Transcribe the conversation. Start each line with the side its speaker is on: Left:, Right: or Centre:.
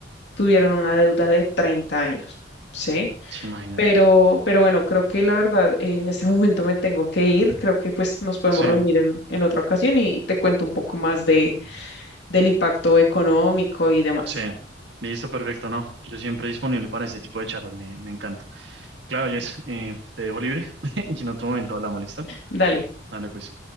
Left: tuvieron una deuda de 30 años, ¿sí?
Right: Sí, Imagínate.
Left: Pero, pero bueno, creo que la verdad, eh, en este <laughs> momento me tengo que ir. Creo que pues nos podemos
Right: Sí,
Left: reunir en, en otra ocasión y te cuento un poco más de, del impacto económico y demás.
Right: sí. Listo, perfecto, no. Yo siempre disponible para este tipo de charlas, me, me encanta. Claro, Jess, eh, te dejo libre <laughs> y en otro momento hablamos, ¿listo?
Left: Dale.
Right: Dale, pues.